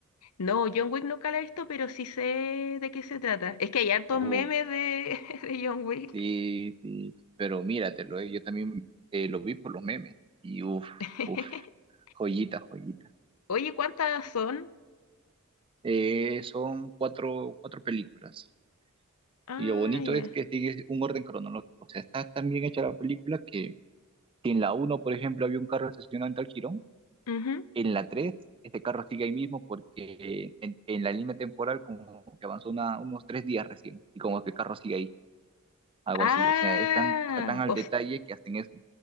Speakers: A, on the left; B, on the right.
A: No, John Wick nunca la he visto, pero sí sé de qué se trata. Es que hay hartos
B: Uf.
A: memes de, <laughs> de John Wick.
B: Sí, sí, pero míratelo, eh, Yo también eh, lo vi por los memes y uff,
A: <laughs>
B: uff, joyita, joyita.
A: Oye, ¿cuántas son?
B: Eh, son cuatro, cuatro películas
A: Ah,
B: y lo bonito
A: ya.
B: es que sigue un orden cronológico, o sea, está tan bien hecha la película que si en la uno, por ejemplo, había un carro estacionado en tal jirón,
A: Ujú.
B: en la 3 este carro sigue ahí mismo porque en, en la línea temporal como que avanzó una- unos tres días recién y como que el carro sigue ahí, algo
A: Ah,
B: así, o sea, es tan- está tan al
A: o
B: detalle que hacen eso.